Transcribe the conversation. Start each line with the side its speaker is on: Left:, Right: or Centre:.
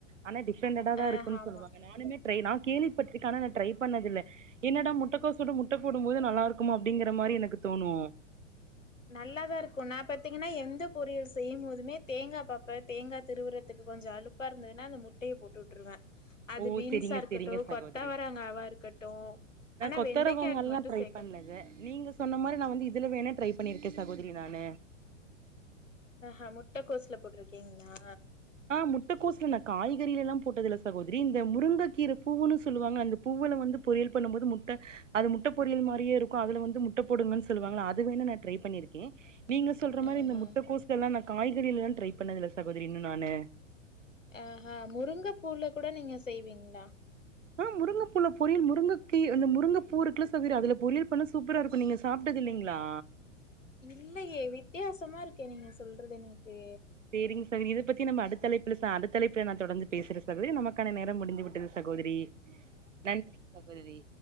Right: ஆனா டிஃப்ரெண்ட்டடா தா
Left: ஆ
Right: இருக்கு
Left: ஆமா
Right: சொல்லுவாங்க நானுமே ட்ரை நா கேள்விப்பட்டுருக்கே ஆனா நா ட்ரை பண்ணதில்ல என்னடா முட் டக்கோசோட முட்ட போடும்போது நல்லா இருக்கும்மா அப்டிங்கிற மாரி எனக்கு தோணு
Left: நல்லாதா இருக்கு நா பாத்தீங்கன்னா எந்த பொரியல் செய்யு போதுமே தேங்கா பாப்பே தேங்கா திருவுறத்துக்கு கொஞ்சோ அலுப் பா இருந்ததுனா அந்த முட்டைய போட்டு வுட்டுருவே அது
Right: ஓ
Left: பீன்ஸா
Right: செரிங்க
Left: இருக்கட்டு
Right: செரிங்க சகோதரி
Left: கொத்தவரங்காவா இருக்கட்டு
Right: நா
Left: ஆனா
Right: கொத்த
Left: வெண்டைக்காக்கு
Right: வரவங்கால்லா
Left: மட்டு
Right: ட்ரை
Left: சேக்க
Right: பண்ணலது நீங்க சொ சொன்ன மாரி நா வந்து இதுல
Left: ம்.
Right: வேனா ட்ரை பண்ணியிருக்கே சகோதரி நானு
Left: அ ஹா முட்ட கோசுல போட்ருக்கீங்களா
Right: ஆ முட்டக்கோசுல நா காய்கறிலலா போட்டது இல்ல சகோதரி இந்த முருங்கைக்கீரை பூவுன்னு சொல்லுவாங்க அந்த பூவுல வந்து பொரியல் பண்ணுபோது முட்ட அது முட்ட பொறியல் மாரியே இருக்கு அதுல வந்து முட்ட போடுங்கன் சொல்லுவாங்கள அது வேனா நா ட்ரை பண்ணிருக்கே நீங்க சொல்ற மாரி
Left: ஆஹா
Right: இந்த முட்ட கோஸ்லல்லா நா காய்கறிலல்லா ட்ரை பண்ணதில்ல சகோதரி இன்னு நானு
Left: ஆ ஹா முருங்க பூல்ல கூட நீங்க செய்வீங்ளா
Right: ஆ முருங்கப்பூல பொரியல் முருங்கக்கி அந்த முருங்க பூ இருக்குல்ல சகோதரி அதுல பொரியல் பண்ணா சூப்பரா இருக்கு நீங்க சாப்டது இல்லீங்களா
Left: இல்லயே வித்தியாசமா இருக்கே நீங்க சொல்றது எனக்கு
Right: சேரிங் சகோதரி இத பத்தி நம்ம அடுத்தலைப்புல ச அடுத்த தலைப்புல நா தொடர்ந்து பேசுறே சகோதரி நமக்கான நேரம் முடிந் துவிட்டது சகோதிரி நன்றி சகோதரி